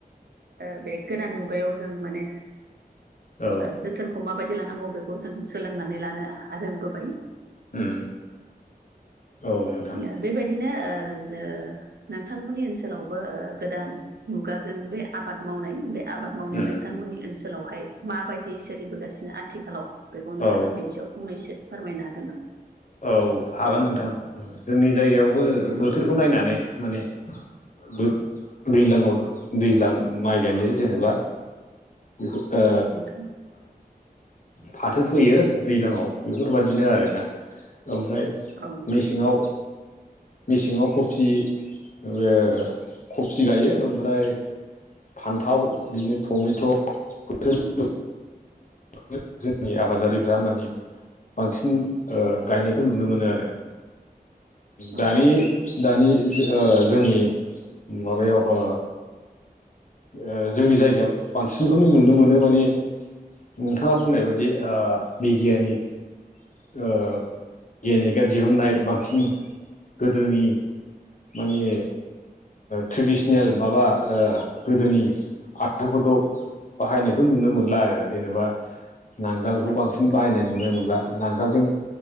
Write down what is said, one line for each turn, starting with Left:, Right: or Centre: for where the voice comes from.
Right: ओ बे गोदान मुगायाव जों माने
Left: औ
Right: ओ जोथोनखौ माबायदि लानांगौ बेखौ जों सोलोंनानै लानो रोंबोबाय।
Left: उम औ नोंथां
Right: ओ बेबायदिनो ओ जो नोंथांमोननि ओनसोलावबो ओ गोदान मुगाजों बे आबाद मावनाय बे आबाद मावनाया
Left: उम
Right: नोंथांमोननि ओनसोलाव हाय माबायदि सोलिबोगासिनो आथिखालाव? बेखौ नोंथाङा
Left: औ
Right: बेनि सायाव फंनैसो फोरम
Left: औ हागोन नोंथां। जोंनि जायगायावबो बोथोरखौ नायनानै माने दै-दैज्लाङाव दैज्लां माइ गायो जेनेबा बिखु ओ
Right: औ नोंथां
Left: फाथो फोयो दैज्लांयाव बेफोर बायदिनो आरोना। ओमफ्राय
Right: औ नोंथां
Left: मेसेङाव मेसेङाव खफि बे खफि गायो ओमफ्राय फान्थाव बिदिनो टमेट बोथोर बे <inaudible> जोंनि आबादारिफ्रा माने बांसिन ओ गायनायखौ नुनो मोनो आरो।
Right: औ
Left: दानि
Right: नोंथां
Left: दानि ओ जोंनि माबायाव ओ ओ जोंनि जायगायाव बांसिनखौनो नुनो मोनो माने नोंथाङा बुंनाय बायदि ओ बिगियानिक ओ गेनेगा दिहुननाय बांसिन गोदोनि माने ट्रेडिसनेल माबा ओ गोदोनि हागजुफोरखौ बाहायनायखौ नुनो मोनला आरो जेनेबा नांगोलखौ
Right: औ नोंथां
Left: बांसिन बाहायनाय नुनो मोनला नांगोलजों